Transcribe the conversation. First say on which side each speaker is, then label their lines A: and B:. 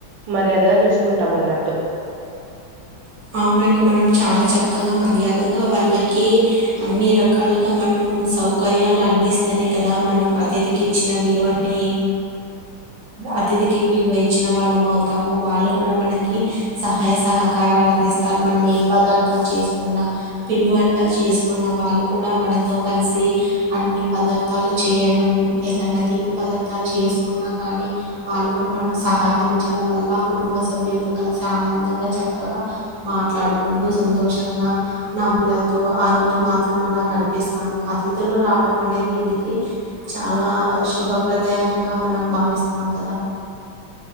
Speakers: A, on the right; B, on the right.
A: మర్యాదగా చూసుకుంటాం అన్నట్టు
B: అవునండి. మనం చాలా చక్కగా మర్యాదగా వాళ్ళకి అన్ని రకాలుగా మనం సౌకర్యాలు అందిస్తేనే కదా మనం అతిథికి ఇచ్చిన విలువనీ అతిథికి విలువ ఇచ్చిన వాళ్ళ అవుతాము వాళ్ళు కూడా మనకి సహాయ సహకారాలు స్తారు మనం ఏ పదార్థాలు చేసుకున్నా పిండి వంటలు చేసుకున్నా వాళ్ళు కూడా మనతో కలిసి అన్ని పదార్థాలు చేయడం ఏదన్నా తీపి పదార్థాలు చేసుకున్నా గానీ వాళ్ళు కూడా మనం సహకరించడం వల్ల కుటుంబ సభ్యులతో కలిసి ఆనందంగా చక్కగా మాట్లాడుకుంటూ సంతోషంగా నవ్వులతో ఆ రోజు మాత్రం అలా గడిపిస్తాము తిధులు రావడం అనేది ఇంటికి చాలా శుభప్రదాయంగా మనం భావిస్తాం కదా